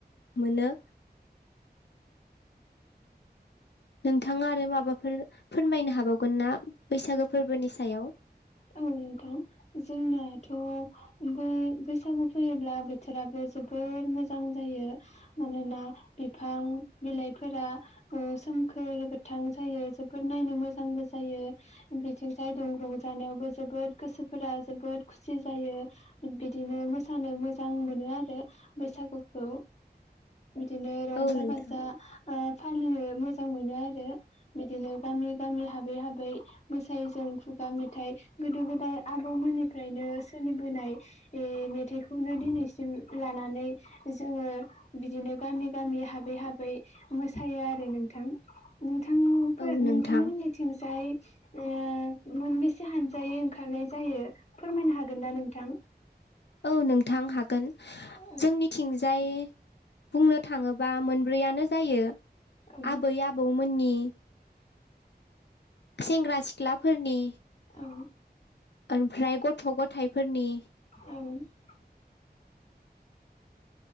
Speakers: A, on the left (about 85°); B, on the left (about 40°).
A: मोनो नोंथाङा आरो माबाफोर फोरमायनो हाबावगोन ना बैसागो फोरबोनि सायाव
B: औ नोंथां जोंनाथ' बे बैसागु फैयोब्ला बोथोराबो जोबोर मोजां जायो मोनोना बिफां बिलाइफोरा सोमखोर गोथां जायो जोबोद नायनो मोजांबो जायो बिथिं जाय दं रंजा - नायावबो जोबोद गोसोफोरा जोबोद खुसि जायो बिदिनो मोसानो मोजां मोनो आरो बैसागुखौ बिदिनो रंजा
A: औ नोंथां
B: बाजा फालिनो मोजां मोनो आरो बिदिनो गामि गामि हाबै हाबै मोसायो जों खुगा मेथाइ मेथाइ गोदो गोदाय आबौमोननिफ्रायनो सोलिबोनाय ओ मेथाइखौनो दिनैसिम लानानै जोङो बिदिनो गामि गामि हाबै हाबै मोसायो आरो नोंथां नोंथांनि‌
A: औ
B: नोंथांमोननिथिंजाय
A: नोंथां
B: ओ एसे हानजायै ओंखारनाय जायो फोरमायनो हागोन ना नोंथां
A: औ नोंथां हागोन
B: औ
A: जोंनिथिं जाय बुंनो थाङोबा मोनब्रैयानो जायो
B: औ
A: आबै आबौमोननि सेंग्रा सिख्लाफोरनि
B: औ
A: ओमफ्राय गथ' गथाइफोरनि
B: औ